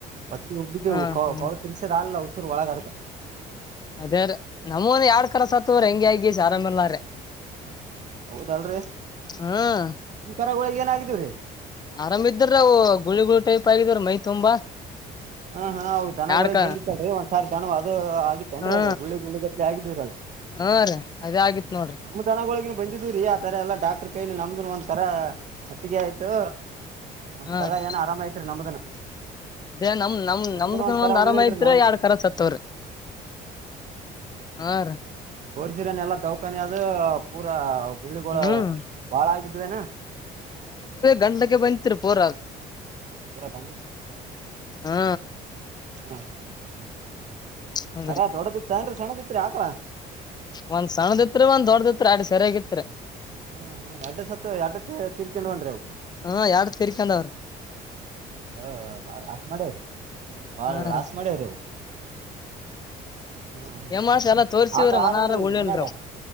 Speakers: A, on the right; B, on the left.
A: ಪಟ್ಟಿ ಹಬ್ಬಿದ್ದುಳ
B: ಹಾ ಹಾ
A: ತಿನ್ಸರ್ ಅಲ್ಲ ನ ಸ ಅಳಾಗ ಅಕ
B: ಅದೇರ ನಮ ಯರಡ್ ಕರಾ ಸತ್ತೂರಿ ಹೆಂಗಗೆ ಆಗ ಆರಾಮಲ್ಲಾರ
A: ಹೌದಲ್ರಿ
B: ಹ್ಮ್
A: ನಿ ಕರ ಏನಾಗಿದರಿ
B: ಆರಾಮ್ ಇದ್ದ್ರ ಅವು ಗುಳಿ ಗುಳಿ ಟೈಪ್ ಆಗಿದ್ರ ಮೈ ತುಂಬಾ
A: ಹಾ ಹಾ ಅವ ದನಗಳಗ್
B: ಯಾಡ್ಕ
A: ಬಂದಿತ್ತಲ್ರಿ ಒಂದ್ಸಾರಿ ದನ ಅದು ಆಗಿತ್ತೇನ್ರರಿ
B: ಹಾ
A: ಅದ ಗುಳ್ಳಿಗ್ ಗುಳ್ಳಿಗತ್ ಆಗಿದವರ ಅಲ್
B: ಹಾ ರೀ ಅದೇ ಆಗಿತ್ ನೋಡ್ರಿ
A: ನಮ್ಮ ದನಗಳೊಳಗೆ ಬಂದಿದುರೀ ಆ ತರ ಎಲ್ಲಾ ಡಾಕ್ಟರ್ ಕೈಲಿ ನಮ್ದನ್ ಒಂದ ತರ ಹೊತ್ತಿಗೆ ಆಯ್ತು ಒಂದ್
B: ಹಾ
A: ಕರ
B: ರೀ
A: ಏನ ಆರಾಮ ಐತ್ರಿ ನಮ್ದನ
B: ಅದೇ ನಮ್ ನಮ್
A: ನಮ್ದನ
B: ನಮ್ದಕೊಂದ್
A: ಒಂದ್ ಕರ ಉಳ್ಳಿಲ್ರಿ
B: ಆರಾಮ ಐತಿ್ರ
A: ನಾವು
B: ಎರಡ ಕರ ಸತ್ತವ್ರಿ ಹಾ ರ
A: ತೋರಿಸಿರನ್ ಎಲ್ಲಾ ದವಾಖನಿದು ಪೂರಾ ಗುಳ್ಳಿಗೋಳ
B: ಹ್ಮ್
A: ಬಾಳ ಆಗಿದ್ದದೆವ ಎನಾ
B: ಗಂಟೆಗೆ ಬಂದತ್ರುಬೋರ
A: ಹ ಹ
B: ಹಾ
A: ಹ್ಮ
B: ಹೌದ್ರಿ
A: ಕರಾ ದೊಡ್ಡದಿತ್ತ ಅನ್ ಸೆಣ್ಣದಿ ಆಕಳ
B: ಒಂದ್ ಸಣ್ಣದಿತ್ರಿ ಒಂದ್ ದೊಡ್ಡದಿತ್ ಅಡ್ ಸರಿಯಾಗಿತ್ರಿ
A: ಹ್ಮ್ ಹ್ಮ್ ಅಡ್ ಸ ಅಡ್ಡ ತೀರ್ಕೊಂಡ್ವನ್ ರಿ ಅವು
B: ಹಾ ಯಾರು ತಿಡಿಕಂಡ್ ಅವ್ರ
A: ಹ ಬಾ ಲಾಸ್ ಮಾಡ್ಯ ರೀ ಬಾ
B: ಹಾ
A: ಲಾಸ್
B: ರೀ
A: ಮಾಡೆವರಿ ಅವು ಹ್ಮ್ ಹ್ಮ್
B: ಹೆಮಸ ಎಲ್ಲ ತೋರ್ಸಿವ್ರ
A: ಆಕಳ
B: ಮನಾರ
A: ಆದನ್ರಿ
B: ಉಳ್ಳಲ್ರಾವ
A: ಈಗ ಮನ್ಯಾಗ